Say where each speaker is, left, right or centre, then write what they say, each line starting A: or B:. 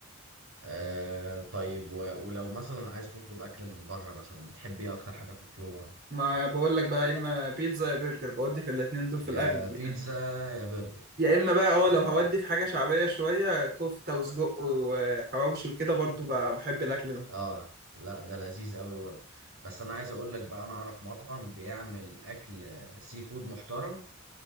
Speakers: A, on the right; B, on the right.
A: آه طيب و... ولو مثلا عايز تطلب اكل من بره مثلا بتحب ايه اكتر حاجه تطلبها
B: ما بقول لك بقى يا اما بيتزا يا برجر بودي في الاتنين دول في
A: يا
B: الاغلب
A: بيتزا
B: يعني
A: يا برجر
B: يا اما بقى اه
A: ما-
B: لو هودي في حاجة شعبية شوية كفتة وسجق وحواوشي وكده برضو ب- بحب الاكل ده
A: اه لا ده لذيذ قوي برضه بس انا عايز اقول لك بقى انا اعرف مطعم بيعمل اكل آه، سي فود محترم